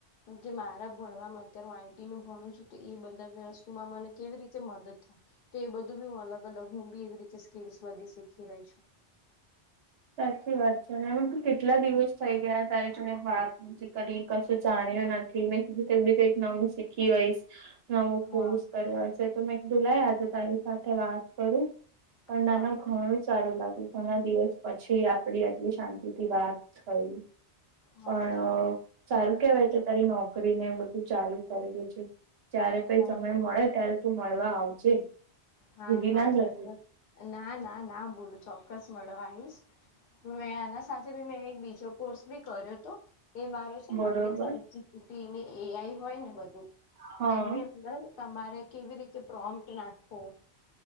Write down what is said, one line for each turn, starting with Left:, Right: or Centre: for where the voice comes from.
Left: કે મારા ભણવામાં અત્યારે હું આઈટી નું ભણું છુ. તો એ બધા વસ્તુમાં મને કેવી રીતે મદદ તો એ બધું બી હ અલગ અલગ હું બીવી રીતે સ્કી બધી શીખી રહી છુ.
Right: સાચી વાત છે અનેમ તું કેટલા દિવસ થઈ ગયા તારી જોડે વાત જ ક કશું જાણ્યું નથી મેં કીધુંવી કંઈક નવું શીખી હોઈશ નવો
Left: હા
Right: કોર્સ કર્યો હશે તો મેં જુલાઈ આજે તારી સાથે વાત. કરું પણ
Left: હા
Right: નાના ઘણું સારું લાગ્યુ, ઘણા દિવસ પછી આપડી આટલી શાંતિથી વાત થઈ,
Left: હા
Right: પણ સારું કેવાય કે તારી નોકરી ને બધું ચાલુ કરલ્યું છે. જારે પઈ
Left: હા
Right: સમય મળે ત્યારે તું મળવા આવજે
Left: હા
Right: ભૂલી
Left: હા,
Right: ના જતી
Left: ચોક્કસ ના ના ના ભોલું ચોક્કસ મળવા આવીઈશ મેં આના સાથે બી મેં એક બીજો કોર્સ બી કર્યો હતો એ મારો ને
Right: બરોબર
Left: આપણે ચેી એઆઈ હોય ને બધું
Right: હા
Left: એની અંદર તમારે કેવી રીતે પ્રોમ્ટ નાખવો